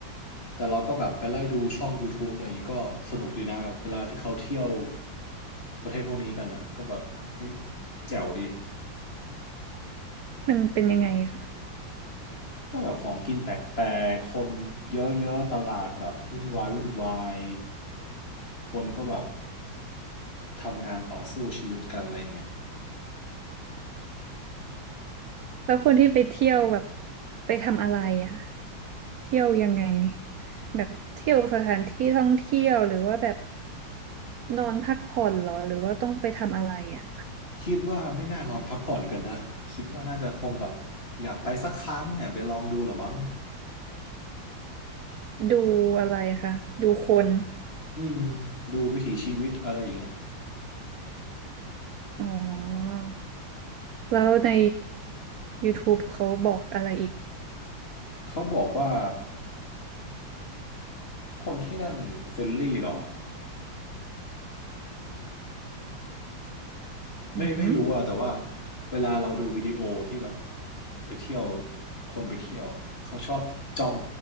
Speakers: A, on the left (about 30°); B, on the right (about 70°).
A: แต่เราก็แบบไปไล่ดูช่อง YouTube อะไรอย่างนี้ก็สนุกดีนะแบบเวลาที่เขาเที่ยวประเทศพวกนี้กันอ่ะก็แบบเอ๊ะแจ๋วดี
B: มันเป็นยังไงคะ
A: ก็แบบของกินแปลกๆ คนเยอะๆ ตลาดแบบวุ่นวายวุ่นวายคนก็แบบทำงานต่อสู้ชีวิตกันอะไรเงี้ย
B: แล้วคนที่ไปเที่ยวแบบไปทำอะไรอ่ะ เที่ยวยังไงแบบเที่ยวสถานที่ท่องเที่ยวหรือว่าแบบนอนพักผ่อนเหรอหรือว่าต้องไปทำอะไรอ่ะ
A: คิดว่าไม่น่านอนพักผ่อนกันนะคิดว่าน่าจะคงแบบอยากไปสักครั้งเนี่ยไปลองดูเหรอมั้ง
B: ดูอะไรคะดูคน
A: อืมดูวิถีชีวิตอะไรอย่างเงี้ย
B: อ๋อแล้วใน YouTube เขาบอกอะไรอีก
A: เขาบอกว่าคนที่นั่นเฟรนลี่เหรอ ไม่ไม่รู้อะแต่ว่า
B: อืม
A: เวลาเราดูวิดีโอที่แบบไปเที่ยวคนไปเที่ยวเขาชอบจ้อง